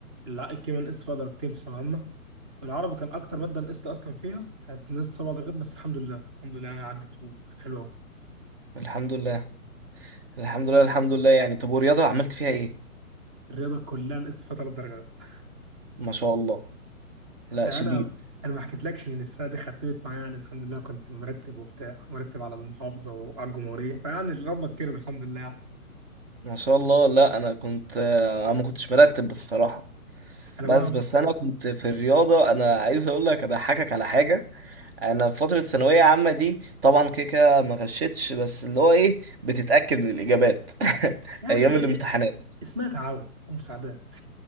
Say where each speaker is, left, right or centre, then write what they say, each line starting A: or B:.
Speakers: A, on the right; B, on the right.
A: لا الكيمياء نقصت فيها درجتين في ثانويه عامه العربي كان اكتر ماده نقصت اصلا فيها كانت نقصت سبع درجات بس الحمد لله الحمد لله يعني عدت وكان حلو قوي
B: الحمد لله الحمد لله الحمد لله يعني طب ورياضة عملت فيها ايه
A: الرياضه كلها نقصت فيها ثلاث درجات
B: ما شاء الله لا
A: لا
B: شديد
A: انا انا ما حكيتلكش ان السنه دي ختمت معايا يعني الحمد لله كنت مرتب وبتاع مرتب على المحافظه وعلى الجمهوريه فيعني ربك كرم الحمد لله يعني.
B: ما شاء الله لا انا كنت انا ما كنتش مرتب بصراحة
A: انا
B: بس
A: بقى
B: بس انا كنت في الرياضة انا عايز اقول لك اضحكك على حاجة انا في فتره ثانويه عامه دي طبعا كده كده ما غشيتش بس اللي هو ايه بتتاكد من الاجابات <laughs>
A: يعني
B: ايام
A: إيه-
B: الامتحانات
A: إيه، اسمها تعاون ومساعدات